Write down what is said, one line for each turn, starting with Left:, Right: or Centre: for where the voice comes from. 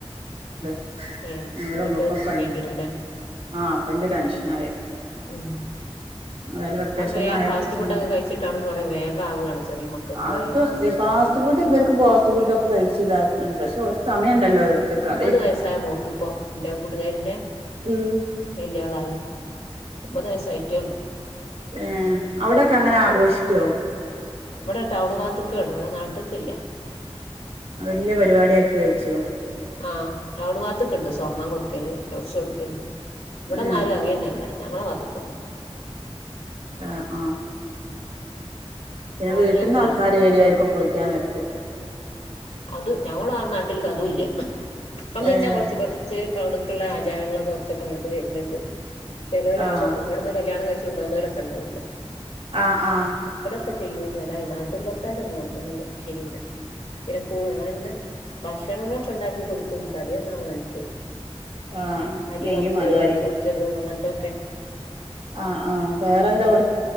Right: <unintelligible>
Left: ഏഹ് എന്നിട്ട്
Right: മക്കൊക്കെ
Left: വൈകീണല്ലേ
Right: ആ അപ്പന്റെ ടെൻഷനായെ
Left: ഉം
Right: <unintelligible>
Left: ഇപ്പം വേഗം ഫാസ്റ്റ് ഫുഡൊക്കെ കഴിച്ചിട്ടാണെന്ന് പറയും വേഗം ആവുകയാണ് ചെറിയ മക്കൾക്ക്
Right: അത്
Left: വരെ
Right: ഫാസ്റ്റ് ഫുഡ് ഇവർക്ക് ഫാസ്റ്റ് ഫുഡ്‌ ഒക്കെ കഴിച്ച് <unintelligible>
Left: ഒമ്പത്
Right: അതേക്കും
Left: വയസായ മോക്ക് ഇപ്പൊ എന്റെ കൂട്ടുകാരിന്റെ
Right: ഉം
Left: വല്യയളായി ഒമ്പത് വയസ്സായിട്ടേ ഉള്ളൂ
Right: ഏ അവിടൊക്കെ അങ്ങനെ ആഘോഷിക്കുവോ
Left: ഇവിടെ ടൗൺ ഭാത്തക്കേള്ളു ഇവിടെ നാട്ട് ക്ക് ഇല്ല
Right: വല്യ പരിപാടി ആക്കി കഴിച്ചോ
Left: ആ ടൗൺ ഭാഗത്തൊക്കെ ഇണ്ട് സ്വർണ്ണം കൊടുക്കല് ഡ്രസ്സ് കൊടുക്കല് ഇവിടെങ്ങും
Right: ഏഹ്
Left: ആരും അറിയുന്നല്ല ഞങ്ങളെ ഭാഗത്തുക്കൊന്നും
Right: ആ ആ പിന്നെ
Left: ടൗണിലേക്ക്ണ്ട്
Right: വീട്ടിന്ന് ആൾക്കാര് വരുവായിരിക്കും കുളിക്കാൻ നേരത്ത്
Left: അത് ഞങ്ങൾ ആ നാട്ടിലക്ക് അതും ഇല്ല ഇപ്പം പിന്നെ
Right: ഏഹ്
Left: കൊറച്ച് കൊറച്ച് ടൗണിക്കുള്ള ആജാരങ്ങളക്കെ കുറച്ചൊക്കെ ഇങ്ങോട്ട് വരുന്നുണ്ട് ചെലോല്
Right: ആഹ്
Left: അവിടെ അവിടുന്ന് കല്യാണം കഴിച്ച് <unintelligible>
Right: ആ ആ
Left: ഇപ്പൊ ചെയ്യൂന്നല്ല ഈ നാട്ടും പുറത്താരൊന്നും അങ്ങനൊന്നും ചെയ്യൂല്ല <unintelligible> ഭക്ഷണങ്ങളൊക്കെ ഉണ്ടാക്കി കൊടുക്കും തടി നന്നാവാൻ വേണ്ടിട്ടേ
Right: ആഹ്
Left: അരി
Right: നെയ്യും
Left: വറുത്ത്
Right: അതും
Left: പൊടിച്ചതും അങ്ങനത്തെ ഓക്കെ
Right: ആ ആ വേറെന്താ കൊടു